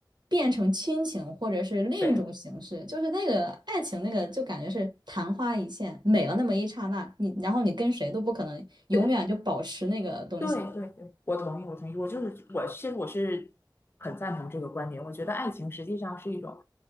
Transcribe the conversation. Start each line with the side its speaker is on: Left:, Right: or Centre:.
Right: 变成亲情或者是另一种形式，
Left: 对
Right: 就是那个爱情那个就感觉是昙花一现，美了那么一刹那，你然后你跟谁都不可能永远就保持那个东西。
Left: 对，对对对，我同意，我同意，我就是我其实我是很赞同这个观点。我觉得爱情实际上是一种，